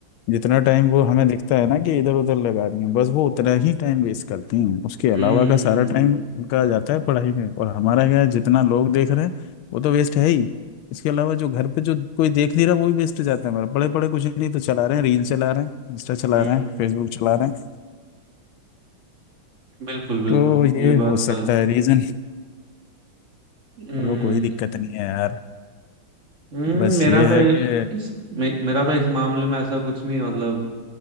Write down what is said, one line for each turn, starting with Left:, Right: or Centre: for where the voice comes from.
Left: जितना टाइम वो हमें दिखता है ना कि इधर उधर लगा रही हैं बस वो उतना ही टाइम वेस्ट करती हैं उसके अलावा
Right: हम्म
Left: का सारा टाइम उनका जाता है पढ़ाई में और हमारा क्या है, जितना लोग देख रहे हैं वो तो वेस्ट है ही इसके अलावा जो घर पे जो कोई देख नहीं रहा वो भी वेस्ट जाता है हमारा पड़े पड़े कुछ नहीं तो चला रहे हैं रील चला रहे हैं इंस्टा चला
Right: हम्म
Left: रहे हैं फेसबुक चला रहे हैं
Right: बिल्कुल बिल्कुल
Left: तो ये
Right: ये बात
Left: हो सकता
Right: तो है
Left: है रीजन
Right: हम्म
Left: चलो कोई दिक्कत नहीं है यार
Right: हम्म
Left: बस
Right: मेरा
Left: ये
Right: तो
Left: है कि
Right: इस मे, मेरा तो इस मामले में ऐसा कुछ नहीं है, मतलब